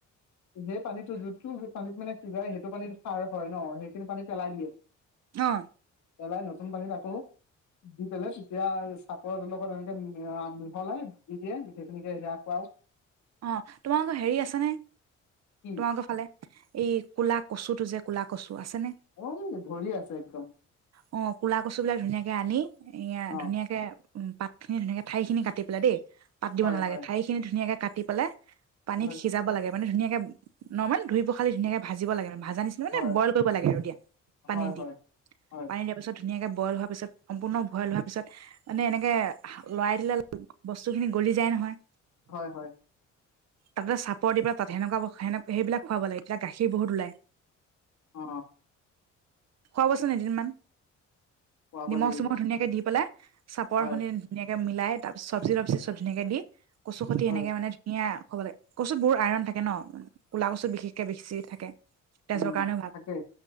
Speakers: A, on the left; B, on the right.
A: খোবে পানীতটো যোনটো সেই পানীতটো মানে সিজাই সেইটো পানীত সাৰ হয় ন সেইখিনি পানী পেলাই দিয়ে।
B: অ
A: পেলাই নতুন পানীত আকৌ দি পেলাই তেতিয়া চাপৰ লগত এনেকে মিহলাই দি দিয়ে মুঠে ইখিনিকে সেয়া কৰেৱাও
B: অ তোমাৰোক হেৰি আছে নে?
A: কি
B: তোমালোকে ফালে, এই ক'লা কচু টো যে কলা কচু আছে নে?
A: অ ধৰি আছে একদম।
B: অ ক'লা কচু বিলাক ধুনীয়াকে আনি ইয়া
A: অ
B: ধুনীয়াকে পাত খিনি ধুনীয়াকে, ঠাৰি খিনি কাটি পেলাই দেই। পাত দিব
A: হয়
B: নালাগে,
A: হয়
B: ঠাই খিনি ধুনীয়াকে কাটি পেলাই পানীত
A: হয়
B: সিজাব লাগে। মানে ধুনীয়াকে নমেল ধুই পখালি ধুনীয়াকে ভাজিব লাগে। ভাজা নিচিনা মানে
A: হয়
B: ব্ৰইল কৰিব লাগে আৰু দিয়া পানী
A: হয় হয়
B: দি,
A: হয়
B: পানী দিয়া পিছত ধুনীয়াকে ব্ৰইল হোৱাৰ পিছত সম্পূৰ্ণ ব্ৰইল হোৱাৰ পিছত মানে এনেকে লৰাই দিলে বস্তু খিনি গলি যায় নহয়।
A: হয় হয়।
B: তাতে চাপৰ দি পেলাই তাত সেনেকুৱা সে সেইবিলাক খুৱাব লাগে তেতিয়া গাখীৰ বহুত ওলাই
A: অ
B: খোৱাবচোন এদিনমান।
A: খুৱাব
B: নিমখ
A: লাগিব
B: চিমখ ধুনীয়াকে দি পেলাই চাপৰ
A: হয়
B: খুনি ধুনীয়াকে মিল উলাই পিছ চব্জি-তব্জি চব ধুনীয়াকে দি কচু কুটি
A: হয়
B: এনেকে মানে সেয়া হ'ব লাগে, কচুত বহু আইৰন থাকে ন ক'লা কচুত বিশেষকে বেছি থাকে। তেজৰ
A: উম
B: কাৰণেও ভাল,
A: থাকে